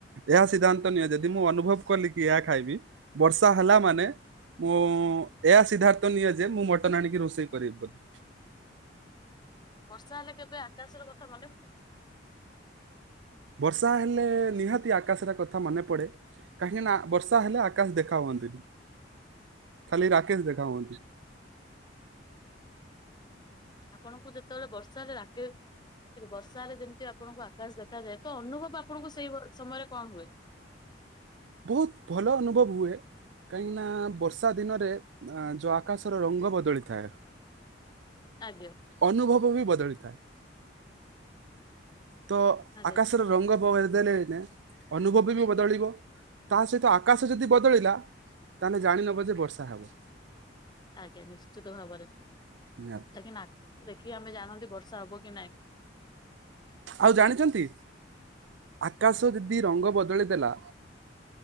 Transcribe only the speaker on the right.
ଏହା ସିଦ୍ଧାନ୍ତ ନିଅ ଯଦି, ମୁଁ ଅନୁଭବ କଲି କି ଏହା ଖାଇବି ବର୍ଷା ହେଲା ମାନେ ମୁଁ ଏହା ସିଦ୍ଧାର୍ଥ ନିଏ ଯେ ମୁଁ ମଟନ ଆଣିକି ରୋଷେଇ କରିବି ବୋଲି। <inaudible>
ବର୍ଷା ହେଲେ ନିହାତି ଆକାଶର କଥା ମନେ ପଡ଼େ। କାହିଁକି ନା ବର୍ଷା ହେଲେ ଆକାଶ ଦେଖା ହୁଅନ୍ତିନି। ଖାଲି ରାକେଶ ଦେଖା ହୁଅନ୍ତି।
ବହୁତ ଭଲ ଅନୁଭବ ହୁଏ। କାହିଁକି ନା ବର୍ଷା ଦିନରେ ଯୋଉ ଆକାଶର ରଙ୍ଗ ବଦଳି ଥାଏ।
ଅନୁଭବ ବି ବଦଳିଥାଏ। ତ
ଆକାଶରେ ରଙ୍ଗ ବଦଳେ ଦିନେ ଦିନେ, ଅନୁଭବ ବି ବଦଳିବ, ତା ସହିତ ଆକାଶ ଯଦି ବଦଳିଲା, ତାହେଲେ ଜାଣି ନବ ଯେ ବର୍ଷା ହବ।
ନିହାତି
ଆଉ ଜାଣିଛନ୍ତି, ଆକାଶ ଯଦି ରଙ୍ଗ ବଦଳି ଦେଲା।